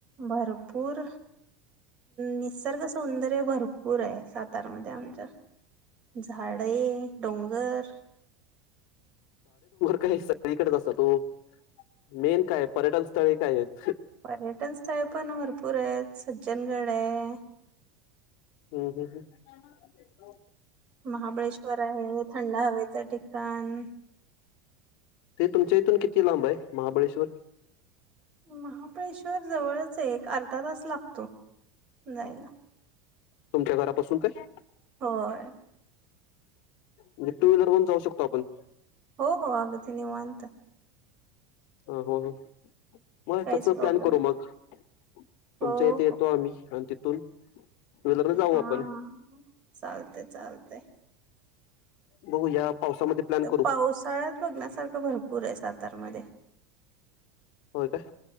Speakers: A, on the right; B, on the left.
A: भरपूर निसर्ग सौंदर्य भरपूर आहे सातारमध्ये आमच्या झाडे डोंगर
B: का हे सगळीकडच असतात ओ मेन काय पर्यटन स्थळे काय आहेत.
A: पर्यटन स्थळे पण भरपूर आहेत सज्जनगड ये.
B: हूं हूं हूं <inaudible>
A: महाबळेश्वर आहे थंड हवेचं ठिकाण
B: ते तुमच्या इथून किती लांब आहे महाबाळेश्वर?
A: महाबळेश्वर जवळच हाय, एक अर्धा तास लागतो. जायला.
B: तुमच्या घरापासून काय?
A: होय.
B: म्हणजे टूव्हीलरहून जाऊ शकतो आपण?
A: हो, हो आगदी निवांत.
B: हो, हो, हो. मग
A: काहीच
B: तेच
A: प्रॉब्लेम
B: प्लॅन करू
A: नाही
B: मग. तुमच्या
A: हो
B: इथे येतो
A: हो
B: आम्ही आणि तिथून टुविलरन जाऊ
A: हां
B: आपण.
A: चालतंय चालतंय
B: बघू या पावसामध्ये प्लॅन करू
A: पावसाळ्यात बघण्यासारखं भरपूर आहे सातारमध्ये.
B: होय, काय?